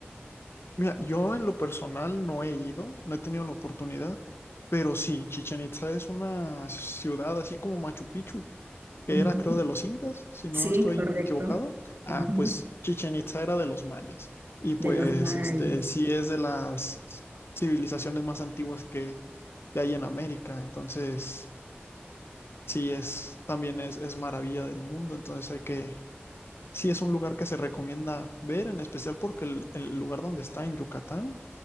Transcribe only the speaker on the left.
<laughs> Mira, yo en lo personal no he ido, no he tenido la oportunidad, pero sí, Chichen Itza es una ciudad así como Machu Picchu que
era creo de los incas, si no
estoy
equivocado. Ah,
pues Chichen Itza era de los mayas y pues
este sí es de las civilizaciones más antiguas que, que hay en América, entonces sí es también es, es maravilla del mundo, entonces hay que sí es un lugar que se recomienda ver, en especial porque el, el lugar donde está en Yucatán